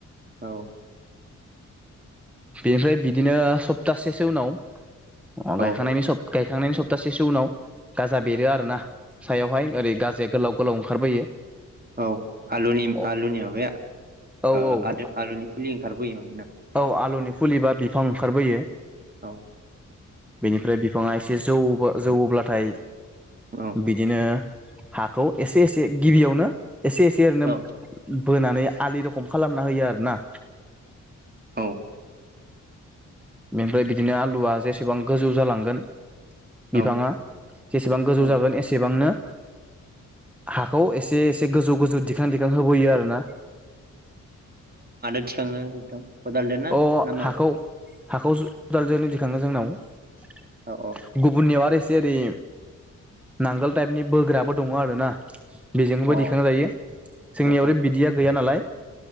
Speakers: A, on the right (about 30°); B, in the centre.
A: औ
B: बेनिफ्राय बिदिनो सप्तासेसो उनाव अ
A: औ
B: गायखांनायनि गायखांनायनि सप्तासेसो उनाव गाजा बेरो आरोना। सायावहाय ओरै गाजाया गोलाव गोलाव ओंखारबोयो
A: औ आलुनि
B: औ
A: आलुनि माबाया
B: औ
A: ओ आलुनि फुलि ओंखारबोयो माने?
B: औ आलुनि फुलिबा बिफां ओंखारबोयो।
A: औ
B: बेनिफ्राय बिफाङा एसे जौ जौवोब्लाथाय
A: औ
B: बिदिनो हाखौ एसे एसे गिबियावनो एसे एसे ओरैनो
A: औ
B: बोनानै आलि रखम खालामना होयो आरोना।
A: औ
B: बेनिफ्राय बिदिनो आलुआ जेसेबां गोजौ जालांगोन
A: औ
B: बिफाङा जेसेबां गोजौ
A: औ
B: जागोन एसेबांनो हाखौ एसे एसे गोजौ गोजौ दिखां दिखां होबोयो आरो ना।
A: मिथिखाङो नोंथां। खदालजों ना
B: अ
A: ना मादो
B: हाखौ हाखौ जों खदालजोंनो दिखाङो जोंनाव ।
A: औ
B: गुबुननियाव आरो एसे जेरै नांगोल टाइपनि बोग्राबो दङ आरो ना। बेजोंबो
A: औ
B: दिखां जायो ।जोंनियाव
A: औ औ
B: आरो बिदिया गैया नालाय